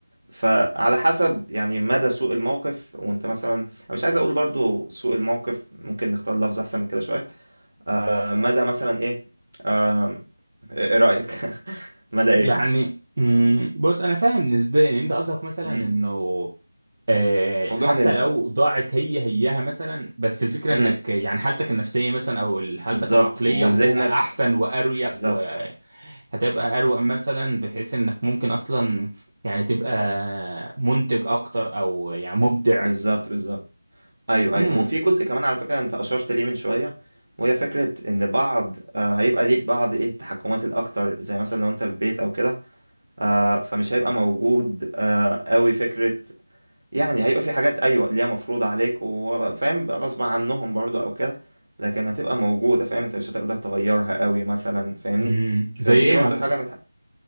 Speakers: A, on the right (about 50°); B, on the right (about 35°).
A: فعلى حسب يعني مدى سوء الموقف وانت مثلا انا مش عايز اقول برضو سوء الموقف ممكن نختار لفظ احسن من كده شوية آه مدى مثلا ايه آم، ايه رأيك <laughs> مدى ايه
B: يعني مم. بص أنا فاهم نسبيا إن أنت قصدك مثلا
A: مم.
B: إنه آه،
A: موضوع
B: حتى
A: نسبي
B: لو ضاعت هي هياها مثلا بس الفكرة
A: امم
B: انك يعني حالتك النفسية مثلا او حالتك
A: بالظبط
B: العقلية
A: وذهنك
B: هتبقى احسن واريق
A: بالظبط
B: وهتبقى اروق مثلا بحيث انك ممكن اصلا يعني تبقى منتج اكتر او يعني مبدع
A: بالظبط بالظبط ايوه
B: امم
A: ايوه وفي جزء كمان على فكره انت اشرت ليه من شويه وهي فكره ان بعض آه هيبقى ليك بعض ايه التحكمات الاكتر زي مثلا لو انت في بيت او كده آه فمش هيبقى موجود آه قوي فكره يعني هيبقى في حاجات ايوه اللي هي مفروض عليك وفاهم بقى غصب عنهم برضو او كده لكن هتبقى موجوده فاهم انت مش هتقدر تغيرها قوي مثلا فاهمني
B: امم
A: فدي
B: زي ايه
A: برضو
B: مثلا
A: حاجه من